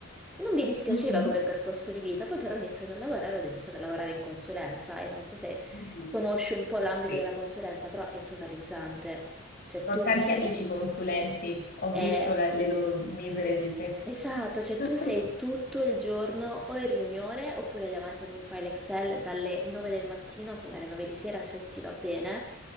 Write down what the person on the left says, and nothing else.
Mhm.
Mhm.
Sì.
Ho
tanti
amici consulenti, ho visto
la- le loro misere vite.
<laughs>